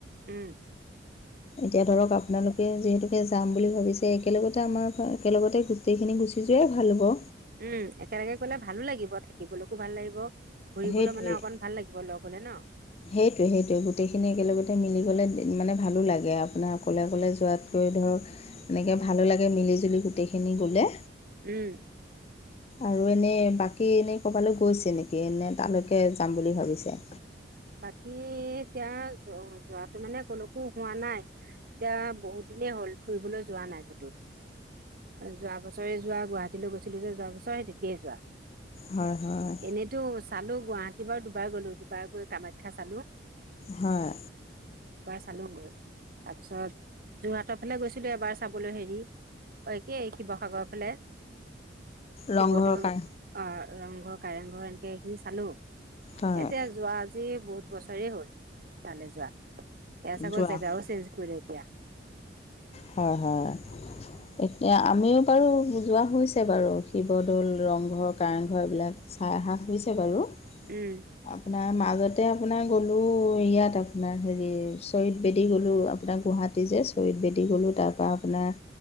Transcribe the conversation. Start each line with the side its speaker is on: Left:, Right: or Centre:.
Right: উম,
Left: এতিয়া ধৰক আপোনালোকে যিহেতুকে যাম বুলি ভাবিছে, একেলগতে আমাৰ একেলগতে গোটেইখিনি গুছি যোৱাই ভাল হ'ব।
Right: উম, একেলগে গ'লে ভালোঁ লাগিব, থাকিবলৈকো ভাল লাগিব, ঘুৰিবলৈ
Left: সেইটোৱেই
Right: মানে অকন ভাল লাগিব লগ হ'লে ন।
Left: সেইটোৱে সেইটোৱে গোটেইখিনি একেলগতে মিলি গ'লে মানে ভালোঁ লাগে, আপোনাৰ অকলে অকলে যোৱাত এই ধৰ এনেকৈ ভালোঁ লাগে মিলি জুলি গোটেইখিনি গ'লে।
Right: উম।
Left: আৰু এনেই বাকী এনে কৰবালৈ গৈছে নেকি এনে তালৈকে যাম বুলি ভাবিছে।
Right: বাকী এতিয়া যোৱাতো মানে কলৈকো হোৱা নাই এতিয়া বহুত, বহুত দিনেই হ'ল ফুৰিবলৈ যোৱা নাই কতো। যোৱা বছৰে যোৱা গুৱাহাটীলৈ গৈছিলোঁ যে যোৱা বছৰে তেতিয়াই যোৱা।
Left: হয় হয়
Right: এনেইতো চালোঁ গুৱাহাটী বাৰু দুবাৰ গলোঁ, দুবাৰ গৈ কামাখ্যা চালোঁ।
Left: হয়।
Right: চালোগৈ, তাৰপিছত যোৰহাটৰ ফালে গৈছিলোঁ এবাৰ চাবলৈ হেৰি। অ একেই শিৱসাগৰৰ ফালে। শিৱদল
Left: ৰংঘৰৰ কাৰ
Right: অ ৰংঘৰ কাৰেংঘৰ এনেকে এইখিনি চালো।
Left: হয়
Right: এতিয়া যোৱা আজি বহুত বছৰে হ'ল। তালে যোৱা, এয়া চাগৰ
Left: যোৱা
Right: জেগাও
Left: হয়
Right: চেঞ্জ কৰিলে এতিয়া।
Left: হয় হয় এতিয়া, আমিও বাৰু যোৱা হৈছে বাৰু, শিৱদৌল, ৰংঘৰ, কাৰেংঘৰ এইবিলাক চাই অহাঁ হৈছে বাৰু।
Right: উম।
Left: আপোনাৰ মাজতে আপোনাৰ গ'লো ইয়াত আপোনাৰ হেৰি শ্বহীদ বেদী গ'লো আপোনাৰ গুৱাহাটীত। শ্বহীদ বেদি গ'লো, তাৰপৰা আপোনাৰ